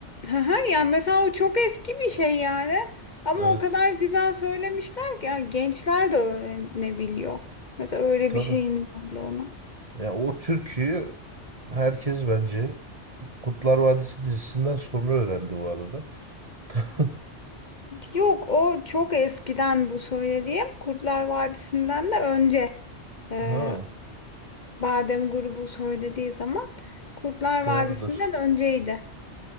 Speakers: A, on the left; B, on the right.
A: Haha, yani mesela o çok eski bir şey yani. Ama
B: Evet
A: o kadar güzel söylemişler ki yani gençler de öğrenebiliyor. Mesela öyle
B: tabii.
A: bir şeyin varlığını.
B: Ya o türküyü herkes bence Kurtlar Vadisi dizisinden sonra öğrendi bu arada. <laughs>
A: Yok o çok eskiden bu söylediğim Kurtlar Vadisi'nden de önce ee,
B: Ha
A: Badem grubu söylediği zaman Kurtlar
B: doğrudur.
A: Vadisi'nden önceydi.